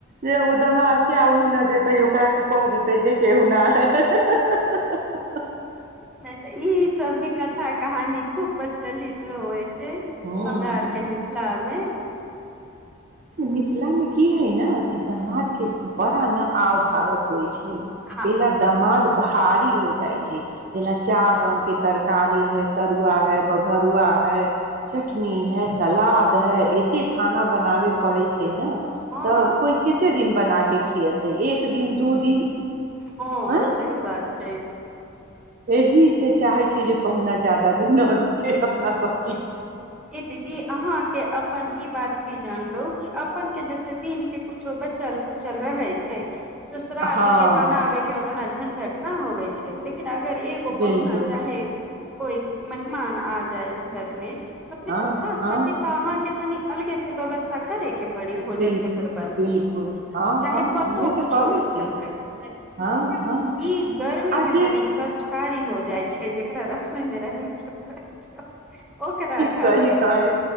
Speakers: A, on the right; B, in the centre.
A: जे उदमा केहु नहि देतै ओकरा के कह देतै जे केहू न है हहह ह हह
B: नहि तऽ ई सब भी कथा कहानी खूब परचली तऽ अछि जें
A: हँ
B: हमरा आरके मिथिला मे
A: मिथिलामे की हइ ने कि समाज के बड़ा ना आओ भागत होइ छै
B: हँ
A: ए दमाद हा इ होइ छै जेना चार रंग के तरकारी है तरुआ है भगरुआ है चटनी है सलाद है इत की खाना बनावे पड़ै छै
B: हँ
A: त कोई कते दिन बना क खुयेतय एक दिन दु दिन
B: हँ
A: ऐं
B: सही बात छै
A: एहि सँ चाहे छी जे पहुना ज जादा ना छै अपना सब
B: ई दीदी अहाँके अपन ई बात भी जानलो कि अपन के जैसे दिन के कुछो बचल कुचल रहै छै तूसरात
A: हँ
B: के बनाबे के ओतना झंझट नहि होवे छै लेकिन लेकिन अगर एगो
A: बिलकुल
B: पहुना चाहे कोइ मेहमान आ जाए घर मे तऽ फिर
A: हँ
B: ओकरा
A: हँ
B: खातिर तऽ अहाँके तनि अलग से ब बसथ कर रे पी भोजन
A: बिल्कुल
B: के प्रबंध
A: बिल्कुल हँ
B: चाहे
A: हँ
B: कतहु
A: उहे
B: कुछो
A: तऽ कहै
B: बचल
A: छी
B: रही
A: हँ हँ
B: ई गर्मी
A: आ
B: मे
A: जे
B: तनी कष्टकारी हो जाइ छै जे एकरा रसोई मे रहै छै ओकरा खातिर
A: सही कहै